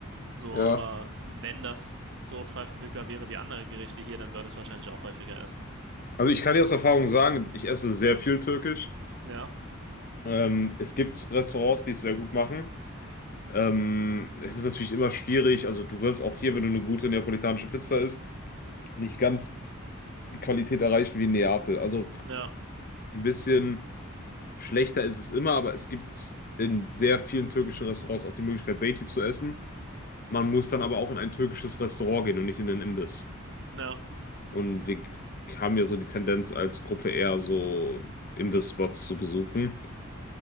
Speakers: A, on the right; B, on the left.
A: So,
B: Ja,
A: aber wenn das so frei verfügbar wäre wie andere Gerichte hier, dann würde ich es wahrscheinlich auch häufiger essen.
B: also ich kann dir aus Erfahrung sagen, ich esse sehr viel Türkisch.
A: Ja,
B: Ähm, es gibt Restaurants, die es sehr gut machen. Ähm, es ist natürlich immer schwierig, also du wirst auch hier, wenn du eine gute neapolitanische Pizza isst, nicht ganz die Qualität erreichen wie in Neapel. Also
A: ja,
B: ein bisschen schlechter ist es immer, aber es gibt in sehr vielen türkischen Restaurants auch die Möglichkeit, Beiti zu essen. Man muss dann aber auch in ein türkisches Restaurant gehen und nicht in den Imbiss.
A: ja,
B: Und wir haben ja so die Tendenz als Gruppe eher so Imbiss-Spots zu besuchen.